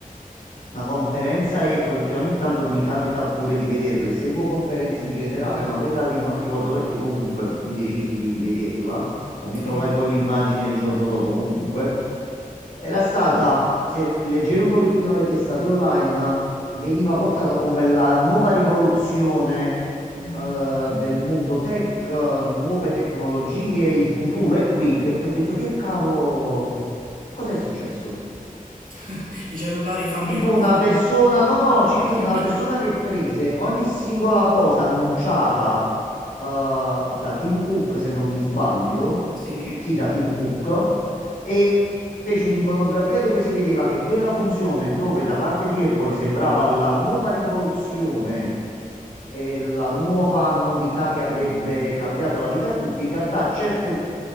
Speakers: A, on the left; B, on the right.
A: Una conferenza Apple che ogni tanto mi capita pure di vederle. Seguo conferenze in generale,
B: Mhm.
A: ma quella lì non ricordo perché comunque mi decisi di vederla o mi
B: Sì.
A: trovai poi l'immagine il giorno dopo comunque. Era stata, se leggevi un pochettino le testate online, veniva portata come la nuova rivoluzione
B: Mhm.
A: eh, del mondo tech, eh, nuove tecnologie, il futuro è qui. Che, ho detto che cavolo, cos'è successo?
B: <laughs> I cellulari fanno
A: Ci
B: i
A: fu
B: caffè.
A: una persona, no, no, ci fu
B: <laughs>
A: una persona che prese ogni singola cosa annunciata eh, da Tim Cook, se non mi sbaglio,
B: Sì,
A: sì, da Tim Cook, e fece un'iconografia dove si vedeva che quella funzione dove da parte di Apple sembrava la nuova rivoluzione e la nuova novità che avrebbe cambiato la vita a tutti, in realtà certe,